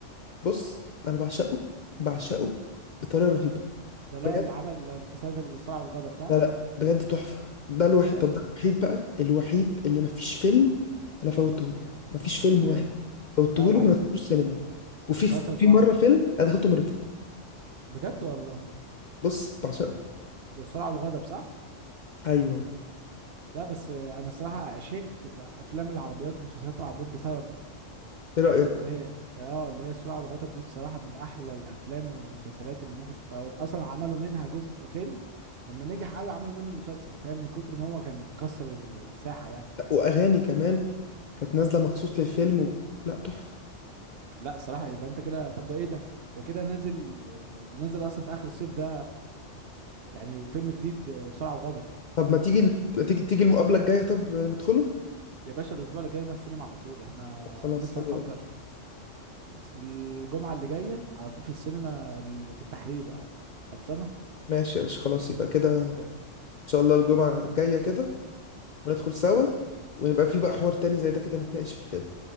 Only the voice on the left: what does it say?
بص انا بعشقه بعشقه بطريقه رهيبه
بجد
لا لا بجد تحفه ده الواحد
طب ده الوحيد بقى الوحيد اللي مفيش فيلم انا فوتته له مفيش فيلم
واحد فوتته
له ما دخلتوش سينما وفي
في
مره فيلم انا دخلته مرتين
بص بعشقه
ايوه هو
ايه رأيك
لأ، واغاني كمان كانت نازلة مخصوص للفيلم و... لا تحفة
طب ما تيجي ما تيجي تيجي المقابلة الجاية طب ندخله
طب خلاص
حلو
قوي
ماشي يا باشا خلاص يبقى كده ان
شاء الله الجمعة الجاية كده وندخل سوا ونبقى في بقى حوار تاني زي ده كده نتناقش في الفيلم